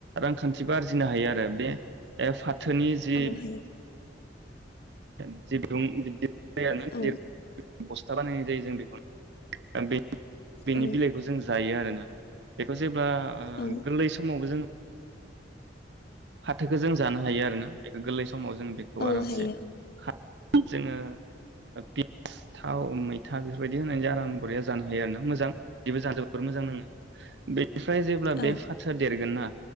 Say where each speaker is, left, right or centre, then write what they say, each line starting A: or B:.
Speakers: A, on the right; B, on the left.
A: रांखान्थिबो आरजिनो हायो आरो बे एफात। बाथोनि जि।
B: औ हायो
A: <unintelligible> <unintelligible>
B: औ
A: बस्था बानायनाय जायो जों बेखौनो। ओ बे बेनि
B: औ
A: बिलाइखौ जों जायो आरो। <unintelligible> जेब्ला ओ
B: औ
A: गोरलै समावबो जोङो फाथोखो जों जानो हायो आरोना बेखो गोरलै समाव जों बेखौ
B: औ
A: आरामसे
B: हायो
A: खा जोंङो पिस थाव मैथा बेफोरबायदि होनानै आराम बरिया जानो हायो आरो ना मोजां बेबो जानो जोबोर मोजां नाङो बे फ्राय जेब्ला
B: औ
A: बे फाथोआ देरगोन ना